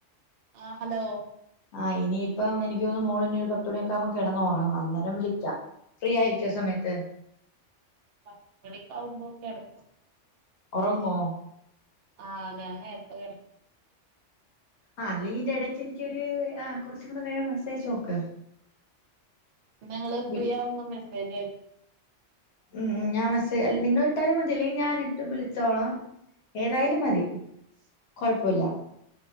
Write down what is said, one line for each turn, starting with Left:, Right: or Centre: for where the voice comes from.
Right: ആഹ് ഹലോ
Left: ആഹ് ഇനിയിപ്പം എനിക് തോന്നു മോള് ഇനി ഒരു പത്ത് മണിയൊക്കെകുമ്പോ കിടന്ന് ഉറങ്ങും അന്നേരം വിളിക്കാം ഫ്രീ ആയിരിക്ക്വോ ആസമയത്ത്-
Right: പത്ത് മണിക്കാവുമ്പോ കെടകും
Left: ഒറങ്ങോ
Right: ആഹ് ഞാനെ നേരത്തെ കെട -
Left: ആ അല്ലെങ്കി ഇടയ്ക്ക് എനിക്കൊരു ആ കുറച്ച കൂടെ കഴിയുമോ മെസേജയച്ച് നോക്ക്
Right: ഞങ്ങള് ഫ്രീ
Left: വിളി
Right: ആവ്മ്പൊ മെസ്സേജ് അയക്
Left: ഉം ഞാൻ മെസ് നിങ്ങിട്ടാലും മതി അല്ലെ ഞാനിട്ട് വിളിച്ചോളാം ഏതായാലും മതി.
Right: <unintelligible>
Left: കൊഴപ്പല്ല.